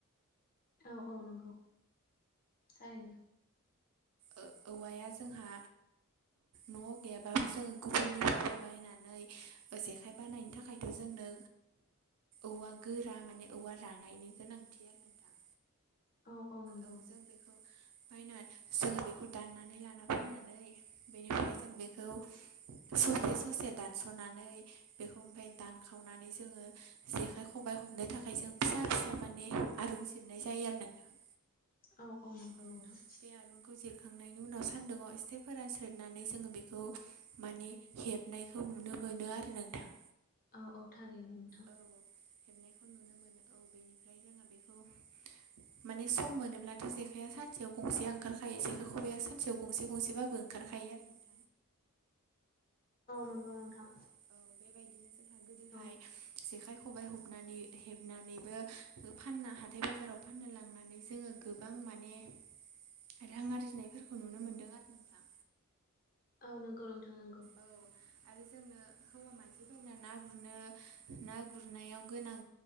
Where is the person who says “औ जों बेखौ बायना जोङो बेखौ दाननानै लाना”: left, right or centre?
Right